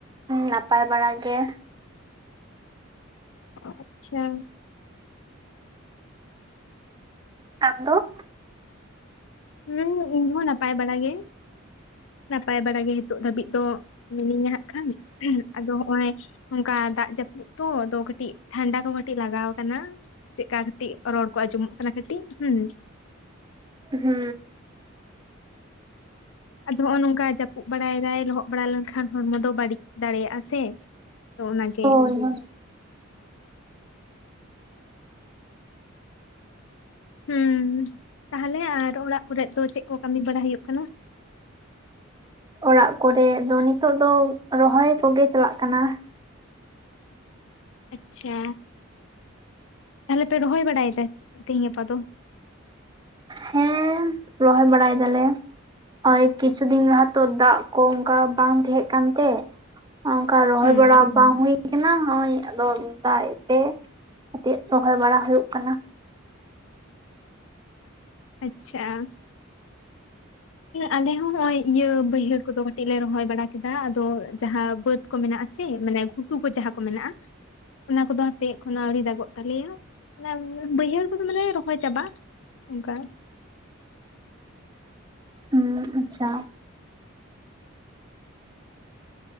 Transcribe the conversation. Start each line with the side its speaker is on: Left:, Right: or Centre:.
Right: ᱱᱟᱯᱟᱭ ᱵᱟᱲᱟ ᱜᱮ᱾
Left: ᱟᱪᱪᱷᱟ
Right: ᱟᱢ ᱫᱚ?
Left: ᱦᱩᱸ ᱤᱧ ᱦᱚ ᱱᱟᱯᱟᱭ ᱵᱟᱲᱟ ᱜᱮ᱾ ᱱᱟᱯᱟᱭ ᱵᱟᱲᱟ ᱜᱮ ᱱᱤᱛᱚᱜ ᱫᱷᱟᱹᱵᱤᱡ ᱫᱚ ᱢᱤᱱᱟᱹᱧᱟ ᱦᱟᱸᱜ ᱠᱷᱟᱱ, ᱟᱫᱚ ᱦᱚᱜ-ᱚᱭ ᱚᱱᱠᱟ ᱫᱟᱜ ᱡᱟᱹᱯᱩᱫ ᱛᱚ ᱟᱫᱚ ᱠᱟᱹᱴᱤᱡ ᱴᱷᱟᱱᱰᱟ ᱠᱚ ᱠᱟᱹᱴᱤᱡ ᱞᱟᱜᱟᱣ ᱠᱟᱱᱟ᱾ ᱪᱮᱫᱠᱟ ᱠᱟᱹᱴᱤᱡ ᱨᱚᱲ ᱠᱚ ᱟᱡᱚᱢᱚᱜ ᱠᱟᱱᱟ ᱠᱟᱹᱴᱤᱡ ᱦᱩᱸ᱾
Right: ᱦᱩ ᱦᱩ
Left: ᱟᱫᱚ ᱦᱚᱦᱚᱜ ᱱᱚᱝᱠᱟ ᱡᱟᱯᱩᱜ ᱵᱟᱲᱟᱭ ᱫᱟᱭ ᱞᱚᱦᱚᱜ ᱵᱟᱲᱟ ᱞᱮᱱᱠᱷᱟᱱ ᱦᱚᱲᱢᱚ ᱫᱚ ᱵᱟᱹᱲᱤᱡ ᱫᱟᱲᱮᱭᱟᱜ-ᱟ ᱥᱮ ᱛᱚ ᱚᱱᱟ ᱜᱮ
Right: ᱦᱳᱭ ᱦᱳᱭ
Left: ᱦᱩ ᱛᱟᱞᱦᱮ ᱟᱨ ᱚᱲᱟᱜ ᱠᱚᱨᱮᱜ ᱫᱚ ᱪᱮᱜ ᱠᱚ ᱠᱟᱢᱤ ᱵᱟᱲᱟ ᱦᱩᱭᱩᱜ ᱠᱟᱱᱟ?
Right: ᱚᱲᱟᱜ ᱠᱚᱨᱮᱜ ᱫᱚ ᱱᱤᱛᱚᱜ ᱫᱚ ᱨᱚᱦᱚᱭ ᱠᱚᱜᱮ ᱪᱟᱞᱟᱜ ᱠᱟᱱᱟ
Left: ᱟᱪᱷᱟ ᱛᱟᱦᱮᱞᱮ ᱯᱮ ᱨᱚᱦᱚᱭ ᱵᱟᱲᱟᱭᱮ ᱫᱟ ᱛᱮᱦᱮᱧ ᱜᱟᱯᱟ ᱫᱚ
Right: ᱦᱮᱸ ᱨᱚᱦᱚᱭ ᱵᱟᱲᱟᱭ ᱫᱟᱞᱮ ᱚᱭ ᱠᱤᱪᱷᱩ ᱫᱤᱱ ᱞᱟᱦᱟ ᱛᱚ ᱫᱟᱜ ᱠᱚ ᱚᱝᱠᱟ ᱵᱟᱝ ᱛᱟᱦᱮᱸᱜ ᱠᱟᱱ ᱛᱮ ᱚᱝᱠᱟ ᱨᱚᱦᱚᱭ
Left: ᱦᱩᱸ
Right: ᱵᱟᱲᱟ ᱵᱟᱝ ᱦᱩᱭ ᱠᱟᱱᱟ ᱦᱚᱜᱭ ᱟᱫᱚ ᱫᱟᱜ-ᱮᱜ ᱛᱮ ᱠᱟᱹᱴᱤᱡ ᱨᱚᱦᱚᱭ ᱵᱟᱲᱟ ᱦᱩᱭᱩᱜ ᱠᱟᱱᱟ
Left: ᱟᱪᱷᱟ ᱟᱞᱮ ᱦᱚᱸ ᱦᱚᱜ-ᱚᱭ ᱤᱭᱟᱹ ᱵᱟᱹᱭᱦᱟᱹᱲ ᱠᱚᱫᱚ ᱠᱟᱹᱴᱤᱡ ᱞᱮ ᱨᱚᱦᱚᱭ ᱵᱟᱲᱟ ᱠᱮᱫᱟ ᱟᱫᱚ ᱡᱟᱦᱟᱸ ᱵᱟᱹᱫᱽ ᱠᱚ ᱢᱮᱱᱟᱜ-ᱟ ᱥᱮ ᱢᱟᱱᱮ ᱜᱷᱩᱴᱩ ᱠᱚ ᱡᱟᱦᱟᱸ ᱠᱚ ᱢᱮᱱᱟᱜ-ᱟ ᱚᱱᱟ ᱠᱚᱫᱚ ᱦᱟᱯᱮ ᱮᱠᱷᱳᱱᱚ ᱟᱹᱣᱨᱤ ᱫᱟᱜᱚᱜ ᱛᱟᱞᱮᱭᱟ ᱚᱱᱟ ᱵᱟᱹᱭᱦᱟᱹᱲ ᱠᱚᱫᱚᱞᱮ ᱨᱚᱦᱚᱭ ᱪᱟᱵᱟ ᱚᱝᱠᱟ
Right: ᱦᱩᱸ ᱟᱪᱷᱟ